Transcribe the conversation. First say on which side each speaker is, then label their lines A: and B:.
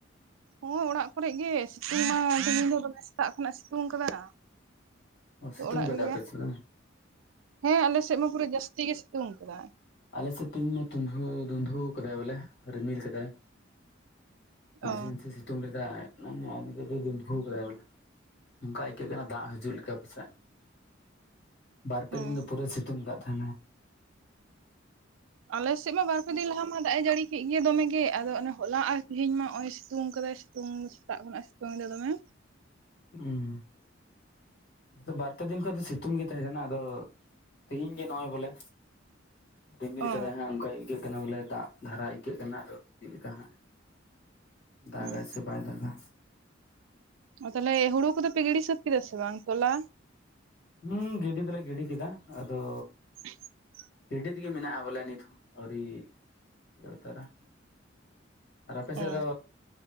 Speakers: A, on the right (about 85°); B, on the left (about 60°).
A: ᱦᱚᱸᱜ-ᱚᱭ ᱚᱲᱟᱜ ᱠᱚᱨᱮᱜ ᱜᱮ ᱥᱤᱛᱩᱝ ᱢᱟ ᱛᱮᱦᱮᱧ ᱫᱚ ᱢᱚᱢᱮ ᱥᱮᱛᱟᱜ ᱠᱷᱚᱱᱟᱜ-ᱮ ᱥᱤᱛᱩᱝ ᱠᱟᱫᱟ᱾
B: ᱚ ᱥᱤᱛᱩᱝ
A: ᱚᱲᱟᱜ
B: ᱠᱟᱫᱟ
A: ᱨᱮᱜᱮ᱾
B: ᱟᱯᱮ ᱥᱮᱫ ᱫᱚ
A: ᱦᱮᱸ ᱟᱞᱮ ᱥᱮᱫ ᱢᱟ ᱯᱩᱨᱟᱹ ᱡᱟᱹᱥᱛᱤ ᱜᱮ ᱥᱤᱛᱩᱝ ᱠᱟᱫᱟ᱾
B: ᱟᱞᱮ ᱥᱮᱫ ᱛᱮᱦᱮᱧ ᱢᱟ <inaudible> ᱫᱩᱸᱫᱩᱣ ᱠᱟᱫᱟᱭ ᱵᱚᱞᱮ ᱨᱤᱢᱤᱞ ᱠᱟᱫᱟᱭ᱾ <unintelligible>
A: ᱚ
B: ᱛᱩᱝ ᱞᱮᱫᱟᱭ <unintelligible> ᱟᱨ ᱱᱤᱛᱚᱜ ᱫᱚ ᱫᱩᱫᱷᱩᱣ ᱠᱟᱫᱟᱭ ᱵᱚᱞᱮ ᱱᱚᱝᱠᱟ ᱟᱹᱭᱠᱟᱹᱜ ᱠᱟᱱᱟ ᱫᱟᱜ ᱦᱤᱡᱩᱜ ᱞᱮᱠᱟ᱾ <unintelligible> ᱵᱟᱨ ᱯᱮ
A: ᱚᱸ
B: ᱫᱤᱱ ᱫᱚ ᱯᱩᱨᱟᱹ ᱥᱤᱛᱩᱝ ᱠᱟᱜ ᱛᱟᱦᱮᱱᱟᱭ᱾
A: ᱟᱞᱮ ᱥᱮᱫ ᱢᱟ ᱵᱟᱨ ᱯᱮ ᱫᱤᱱ ᱞᱟᱦᱟ ᱢᱟ ᱫᱟᱜ ᱮ ᱡᱟᱹᱲᱤ ᱠᱮᱫ ᱜᱮ ᱫᱚᱢᱮ ᱜᱮ ᱟᱫᱚ ᱚᱱᱟ ᱦᱚᱞᱟ ᱟᱨ ᱛᱤᱦᱤᱧ ᱢᱟ ᱦᱚᱸ-ᱚᱭ ᱥᱤᱛᱩᱝ ᱠᱟᱫᱟᱭ᱾ ᱥᱤᱛᱩᱝ ᱫᱚ ᱥᱮᱛᱟᱜ ᱠᱷᱚᱱᱟᱜ-ᱮ ᱥᱤᱛᱩᱝ ᱫᱟ ᱫᱚᱢᱮ᱾
B: ᱩᱸ ᱱᱤᱛᱚᱜ ᱵᱟᱨ ᱯᱮ ᱫᱤᱱ ᱠᱷᱚᱡ ᱫᱚ ᱥᱤ ᱛᱩᱝ ᱜᱮ ᱛᱟᱦᱮᱸ ᱠᱟᱱᱟ ᱟᱫᱚ ᱛᱤᱦᱤᱧ ᱜᱮ ᱱᱚᱜᱼᱚᱭ ᱵᱚᱞᱮ ᱨᱤᱢᱤᱞ
A: ᱚ
B: ᱠᱟᱫᱟᱭ ᱦᱟᱸᱜ ᱚᱱᱠᱟ ᱟᱹᱭᱠᱟᱹᱜ ᱠᱟᱱᱟ ᱵᱚᱞᱮ ᱫᱟᱜ ᱫᱷᱟᱨᱟ ᱟᱹᱭᱠᱟᱹᱜ ᱠᱟᱱᱟ ᱟᱫᱚ ᱪᱮᱫ ᱞᱮᱠᱟ ᱦᱟᱸᱜ᱾ ᱫᱟᱜᱟᱭ
A: ᱦᱩᱸ
B: ᱥᱮ ᱵᱟᱭ ᱫᱟᱜᱟ᱾
A: ᱚ ᱛᱟᱞᱦᱮ ᱦᱩᱲᱩ ᱠᱚᱫᱚᱯᱮ ᱜᱤᱲᱤ ᱥᱟᱹᱛ ᱠᱮᱫᱟ ᱥᱮ ᱵᱟᱝ ᱛᱚᱞᱟ?
B: ᱦᱩᱸ ᱜᱤᱰᱤ ᱫᱚᱞᱮ ᱜᱤᱰᱤ ᱠᱮᱫᱟ ᱟᱫᱚ
A: <inaudible>
B: ᱜᱤᱰᱤ ᱛᱮᱜᱮ ᱢᱮᱱᱟᱜᱼᱟ ᱵᱚᱞᱮ ᱱᱤᱛ ᱦᱚᱸ ᱟᱹᱣᱨᱤ ᱤᱭᱟᱹ ᱩᱛᱟᱹᱨᱟ᱾ ᱟᱨ ᱟᱯᱮ ᱥᱮᱫ
A: ᱚ
B: ᱫᱚ